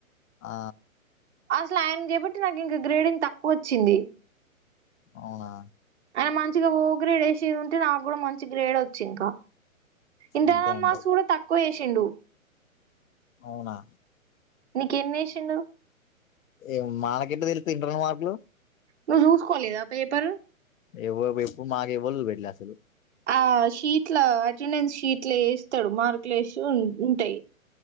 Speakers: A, on the left; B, on the right.
A: ఆ
B: అసలు ఆయన చేబట్టి నాకు ఇంకా గ్రేడింగ్ తక్కువ వచ్చింది.
A: అవునా
B: అయన మంచిగా ఓ గ్రేడ్ ఏసేది ఉంటే నాకు కూడా మంచి గ్రేడ్ వచ్చు ఇంకా ఇంటర్నల్
A: అంతే అంటావ్
B: మార్క్స్ కూడా తక్కువే సిండు
A: అవునా
B: నీకు ఎన్ని ఏసిండు
A: ఏమో మానాకేట్ట తెలుతాయి ఇంటర్నల్ మార్కులు
B: నువ్వు చూసుకోలేదా పేపర్
A: ఎవఎప్పు మాకు ఎవ్వల్ చూపెట్టలే అసలు
B: ఆ షీట్ల అటెండెన్స్ షీట్ల ఎస్తాడు మార్కులు ఎసి ఉ ఉంటాయి